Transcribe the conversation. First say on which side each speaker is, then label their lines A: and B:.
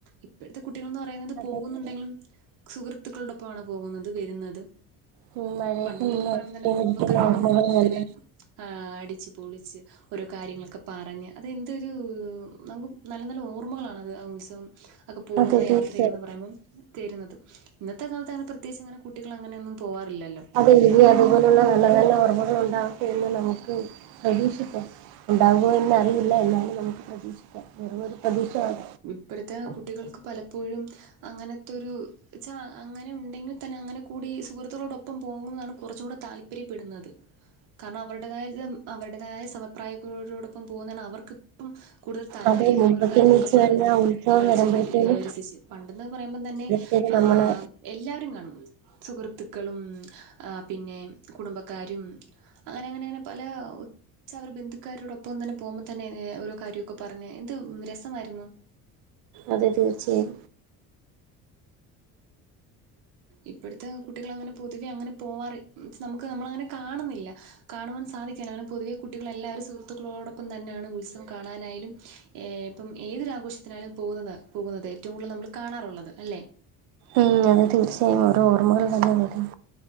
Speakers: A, on the right; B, on the right.
A: ഇപ്പോഴത്തെ കുട്ടികൾന്ന് പറയുന്നത്
B: അതെ
A: പോകുന്നുണ്ടെങ്കിലും, സുഹൃത്തുക്കടൊപ്പമാണ് പോകുന്നത് വരുന്നത്
B: <inaudible>
A: പണ്ടെന്നൊക്കെ പറയുമ്പോ
B: ഐസ്ക്രീം
A: തന്നെ കുടുംബക്കാരോടൊപ്പം
B: കുടിക്കുന്ന ഓർമ്മകൾ
A: പോകുമ്പം
B: നല്ല
A: തന്നെ ആഹ് അടിച്ച് പൊളിച്ച് ഓരോ കാര്യങ്ങളൊക്കെ പറഞ്ഞ് അതെന്തൊരു നമുക്ക് നല്ല നല്ല ഓർമ്മകളണത് ആഹ് ഉത്സവം ഒക്കെ പോകുന്ന
B: അതെ തീർച്ചയായും
A: യാത്രയക്കന്ന് പറയുമ്പോം തരുന്നത് ഇന്നത്തെ കാലത്ത് അങ്ങനെ പ്രത്യേകിച്ച് അങ്ങനെ കുട്ടികൾ അങ്ങനെയൊന്നും പോവാറില്ലല്ലോ
B: അതെഴുതി അതുപോലുള്ള നല്ല നല്ല ഓർമ്മകൾ ഉണ്ടാകട്ടെ എന്ന് നമുക്ക് പ്രതീക്ഷിക്കാം ഉണ്ടാവോന്ന് അറിയില്ല എന്നാലും നമുക്ക് പ്രതീക്ഷിക്കാം വെറുമൊരു പ്രതീക്ഷയാണ്
A: ഇപ്പഴത്തെ കുട്ടികൾക്ക് പലപ്പോഴും അങ്ങനത്തെൊരു ച്ചാ അങ്ങനെ ഉണ്ടെങ്കിൽ തന്നെ അങ്ങനെ കൂടി സുഹൃത്തുക്കളോടൊപ്പം പോകുന്നതാണ് കുറച്ചും കൂടെ താല്പര്യപ്പെടുന്നത് കാരണം അവരുടേതായത് അവരുടേതായ സമപ്രായക്കരോടൊപ്പം പോകുന്നത അവർക്ക് ഇപ്പം കൂടുതൽ താല്പര്യം
B: അതെ മുമ്പൊക്കെന്ന്
A: ഓരോ കാര്യമൊക്കെ
B: വെച്ച്
A: പറഞ്ഞ്
B: കഴിഞ്ഞാൽ ഉത്സവം
A: കളിച്ച്
B: വരുമ്പോഴത്തേനും
A: രസിച്ചച്ച് പണ്ടെന്ന പറയുമ്പോം തന്നെ
B: ശരി നമ്മള്
A: ആഹ് എല്ലാവരും കാണും സുഹൃത്തുക്കളും ങ് പിന്നെ കുടുംബക്കാരും അങ്ങനെ അങ്ങനെ പല ഉച്ചവർ ബന്ധുക്കാരോടൊപ്പം തന്നെ പോകുമ്പോൾ തന്നെ ഓരോ കാര്യമൊക്കെ പറഞ്ഞ് എന്ത് രസമായിരുന്നു
B: അതെ തീർച്ചയായും
A: ഇപ്പോഴത്തെ കുട്ടികൾ അങ്ങനെ പൊതുവെ അങ്ങനെ പോവാറ് നമുക്ക് നമ്മളങ്ങനെ കാണുന്നില്ല കാണുവാൻ സാധിക്കല്ല അങ്ങനെ പൊതുവെ കുട്ടികൾ എല്ലാരും സുഹൃത്തുക്കളോടൊപ്പം തന്നെയാണ് ഉത്സവം കാണാനായാലും ഏഹ് ഇപ്പം ഏതൊരാഘോഷത്തിനാലും പോകുന്നത് പോകുന്നത് ഏറ്റവും കൂടുതൽ നമ്മൾ കാണാറുള്ളത് അല്ലേ
B: ഉം അത് തീർച്ചയായും ഒരു ഓർമകൾ തന്നെ വരും